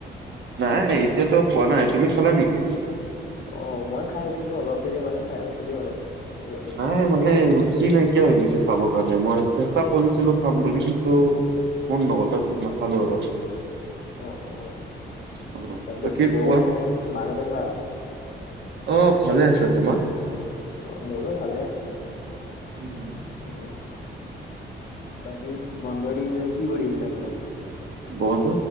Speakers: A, on the right; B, on the left.
A: নাই এতিয়াতো খোৱা নাই, তুমি খালা নেকি?
B: অ' মই খাই উঠিলোঁ অলপ দেৰি আগতে খাই উঠিলোঁ আৰু একেলগে
A: নাই মানে ছি নাইকিয়া হৈ গৈছে খাবৰ কাৰণে মই চেষ্টা কৰিছিলোঁ খাম বুলি। কিন্তু মন নগ'ল তাৰপাছত নাখালোঁ আৰু
B: অ' অ'
A: অ
B: বাকী পুৰবানে
A: কোৱা
B: মাৰ দেউতাৰ ভাল?
A: অ' ভালে আছে, তোমাৰ?
B: অ' মোৰো ভালে।
A: উম।
B: উম বাকী বন্ধৰ দিন কেইটা কি কৰি আছা ঘৰত?
A: বন্ধ